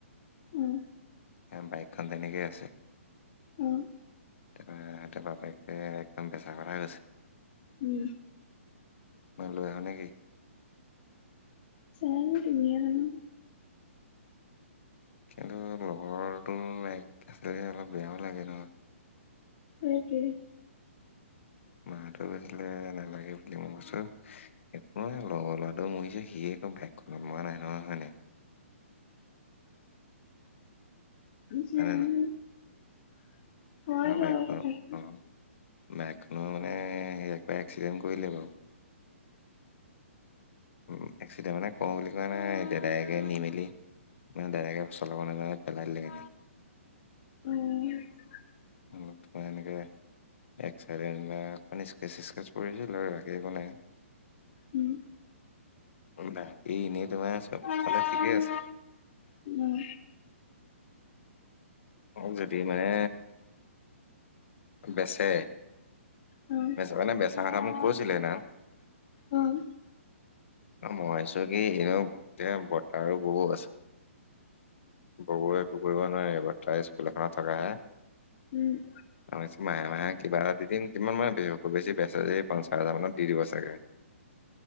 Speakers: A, on the left (about 40°); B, on the left (about 60°).
A: উম।
B: বাইক খান তেনেকে আছে।
A: অ,
B: তাৰ সিহঁৰ বাপেকে একদম বেচা কথা কৈছে।
A: উম
B: মই লৈ আহো নেকি।
A: চাই লোৱা তুমি হে জানা
B: কিন্তু লগৰটো এক আছিলে যে অলপ বেয়াও লাগে ন।
A: হেইতোই
B: মা হটে কৈছিলে নালাগে বুলি মই কৈছো একো নহয় লগৰ ল'ৰাটো হে মৰিছে সিয়ে একো বাইকখনত লোৱা নাই নহয় হয় নাই।
A: জানো
B: হয়নে নহয়
A: হয়
B: আৰু বাইকখন
A: বাৰু কথাটো।
B: অঁ বাইকখনো মানে একবাৰ এক্সিডেণ্ট কৰিলে বাৰু উম, এক্সিডেণ্ট মানে কওঁ বুলি কোৱা নাই এতিয়া ডাইৰেকে নি মেলি মানে ডাদেকে চলাব নাজানে পেলালিগে
A: অ'
B: <inaudible> এনেকে এক্সৰেণ্ট মানে স্কেচ স্কেচ কৰিছিলো, আৰু আগে একো নাই।
A: উম,
B: বাকী, এনেই তোমাৰ চ'ব ঠিকে আছে।
A: উম,
B: অ', দি মানে বেচে,
A: অ অ
B: বেচ মানে বেচা কথা মোক কৈছিলে সেইদিনাসন
A: অ',
B: অ', ভাবিছো কি এনে এয়া বতাৰ্তহ ববৌ আছে বৌ <inaudible> তাই স্কুল‌ এখনত থকা হয়
A: উম,
B: মই ভাবিছো, মাহে মাহে কিবা এটা দিম কিমান মান বেছি বেচা যে এই পঞ্চাছ হাজাৰ মানত দি দিব চাগে।